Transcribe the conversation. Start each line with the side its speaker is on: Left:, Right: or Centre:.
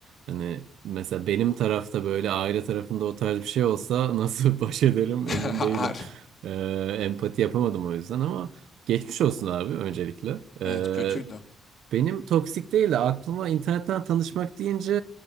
Right: Hani mesela benim tarafta böyle aile tarafında o tarz bir şey olsa nasıl <laughs> baş ederim
Left: <laughs>
Right: emin değilim.
Left: Har-
Right: E, empati yapamadım o yüzden ama geçmiş olsun abi öncelikle. E,
Left: Evet kötüydü.
Right: Benim toksik değil de aklıma internetten tanışmak deyince